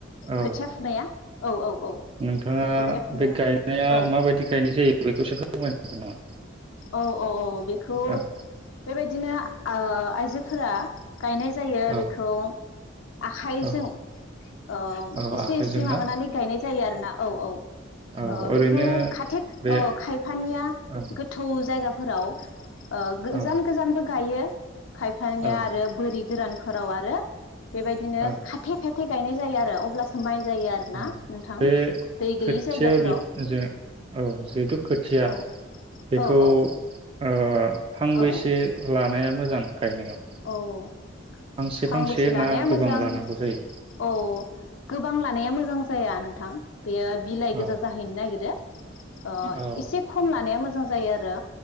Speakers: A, on the right; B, on the left.
A: औ
B: खोथिया फुनाया औ औ औ
A: नोंथाङा
B: खोथिया फुनाया
A: बे गायनाया
B: औ
A: माबायदि गायनाय जायो बेखौसो फोरमायनो हागोन नामा?
B: औ औ औ बेखौ
A: औ
B: बेबाय बिदिनो ओ आइजोफोरा गायनाय जायो
A: औ
B: बेखौ आखाइजों
A: औ
B: ओ
A: औ
B: एसे
A: आखाइजों
B: एसे माबानानै
A: ना
B: गायनाय जायो आरो ना औ औ ओ
A: औ ओरैनो
B: बेखौ खाथेक
A: बे
B: ओ खायफानिया
A: औ
B: जायगाफोराव ओ गोजान
A: औ
B: गोजानबो गायो खायफानिया
A: औ
B: आरो बोरि गोरान फोराव आरो बेबायदिनो
A: औ
B: खाथे खाथ गायनाय जायो आरो अब्लासो माइ जायो आरोना
A: औ
B: नोंथां
A: बे
B: दै
A: खोथिया
B: गैयि जायगाफोराव
A: <unintelligible> औ जिहेथु खोथिया
B: औ
A: बेखौ
B: औ औ
A: ओ फांबैसे
B: औ
A: लानाया मो जां गायनायाव।
B: औ
A: फांसे
B: फांबेसे
A: फांसे
B: लानाया
A: ना गोबां
B: मोजां
A: लानांगौ जायो?
B: औ गोबां लानाया मोजां जाया नों थां बेयो बिलाय गोजा
A: औ
B: जाहैनो नागिरो ओ
A: औ
B: एसे खम लानाया मोजां जायो आरो